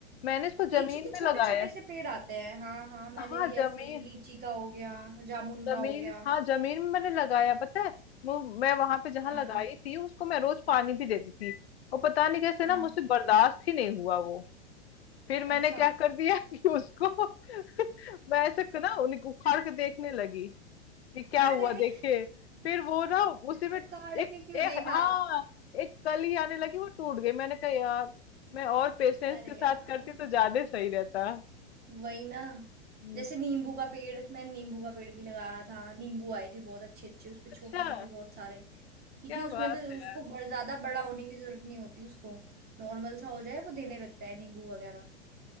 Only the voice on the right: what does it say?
लीची
के
छोटे
छोटे से पेड़ आते हैं हाँ हाँ मैंने
भी
ऐसी लीची का हो गया जामुन
का हो गया
हाँ
हाँ
अच्छा
अरे
उखाड़
के क्यों
देखा
अरे
यार
वही ना
जैसे नींबू का पेड़ मैंने नींबू का पेड़ भी लगाया था नींबू आए थे बहुत अच्छे अच्छे उसपे छोटे
छोटे बहुत सारे क्योंकि
उसमें
तो
उसको
बड़, ज्यादा बड़ा होने की जरूरत नहीं होती उसको नॉर्मल सा हो जाए वो देने लगता है नींबू वगैरह